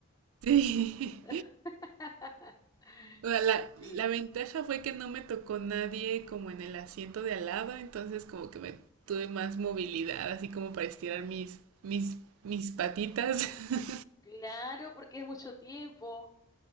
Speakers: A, on the right (about 65°); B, on the left (about 15°).
A: Sí.
B: <laughs>
A: O sea, la,
B: Sí.
A: la ventaja fue que no me tocó nadie como en el asiento de al lado, entonces como que
B: Ujú.
A: me tuve más movilidad, así como para estirar mis, mis, mis patitas. <laughs>
B: Claro, porque es mucho tiempo.